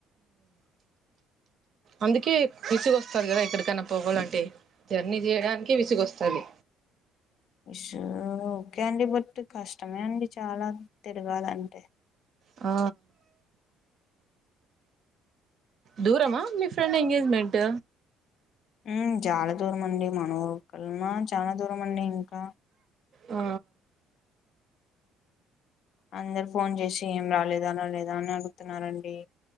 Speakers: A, on the right (about 45°); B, on the left (about 55°).
A: అందుకే కుష వస్తారు కదా ఎక్కడికైనా పోవాలంటే జర్నీ చేయడానికి విసుగ వస్తది
B: ఇష ఓకే అండి బట్ కష్టమే అండి చాలా తిరగాలంటే
A: ఆ దూరమా మీ ఫ్రెండ్ ఎంగేజ్మెంట్
B: ఉమ్ చాలా దూరం అండి మన ఊరు కన్నా చాలా దూరం అండి ఇంకా
A: ఆ
B: అందరు ఫోన్ చేసి ఏం రాలేదా రాలేదా అని అడుగుతున్నారండి